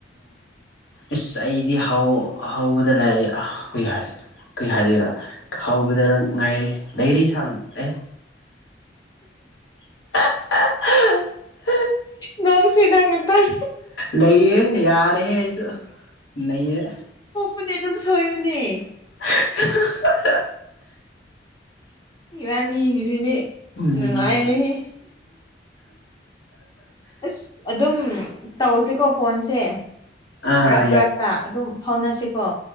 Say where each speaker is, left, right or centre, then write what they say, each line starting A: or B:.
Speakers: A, on the left (about 85°); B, on the left (about 25°).
A: ꯏꯁ ꯑꯩꯗꯤ ꯍꯧ ꯍꯧꯕꯗ ꯂꯩ ꯀ꯭ꯔꯤ ꯍꯥꯏꯗꯣꯏꯔꯥ ꯍꯧꯕꯗ ꯉꯥꯏꯔꯤ ꯂꯩꯔꯤ ꯁꯥꯥꯡ ꯑꯦ ꯍꯥꯍꯥ
B: ꯅꯪꯁꯤꯗꯥ ꯉꯥꯛꯇꯡ
A: ꯂꯩꯌꯦ ꯌꯥꯔꯦꯍꯦ ꯅꯪꯁꯨ ꯅꯩꯔꯦ
B: ꯅꯪꯗꯤ ꯑꯗꯨꯝ ꯁꯣꯏꯕꯥꯅꯦ
A: ꯍꯥꯍꯥ
B: ꯏꯕꯥꯟꯅꯤꯒꯤꯁꯤꯗꯤ
A: ꯎꯝ
B: ꯅꯨꯡꯉꯥꯏꯔꯦꯍꯦ ꯑꯁ ꯑꯗꯨꯝ ꯇꯧꯁꯤꯀꯣ ꯐꯣꯟꯁꯦ
A: ꯑꯥ
B: ꯃꯔꯛ ꯃꯔꯛꯇꯥ ꯑꯗꯨꯝ ꯐꯥꯎꯅꯁꯤꯀꯣ